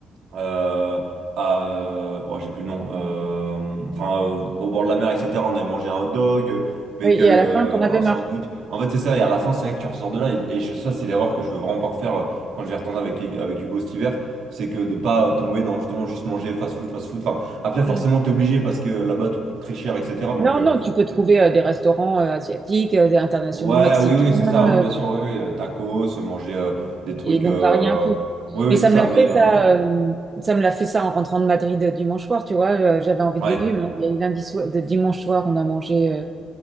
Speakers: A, on the right; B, on the right.
A: euh, à, euh, oh, j'ai plus le nom, euh, enfin, euh, au bord de la mer, etc. On avait mangé un hot dog, euh, bagel,
B: Oui, et à
A: euh,
B: la fin, t'en avais
A: un sandwich.
B: marre.
A: En fait, c'est ça, et à la fin, c'est vrai que tu ressors de là, et, et je- ça, c'est l'erreur que je veux vraiment pas refaire euh, quand je vais retourner avec, avec Hugo cet hiver, c'est que de pas euh, tomber dans justement juste manger fast food, fast food. Enfin, après, forcément,
B: Mm.
A: t'es obligé parce que là-bas, tout coûte très cher, etc. Donc,
B: Non,
A: euh,
B: non, tu peux trouver
A: t'es-
B: euh, des restaurants euh, asiatiques, euh, des internationaux
A: ouais,
B: mexicains,
A: oui, oui, c'est ça, oui,
B: euh,
A: bien sûr, oui, oui, euh, tacos, manger euh, des trucs,
B: et donc
A: euh,
B: varier un peu.
A: oui, oui,
B: Mais
A: c'est
B: ça
A: ça,
B: me l'a
A: mais,
B: fait
A: euh,
B: ça, euh, ça me l'a fait ça en rentrant de Madrid euh, dimanche soir, tu vois, euh, j'avais envie
A: ouais.
B: de légumes. hein. Et lundi soir, de- dimanche soir, on a mangé, euh,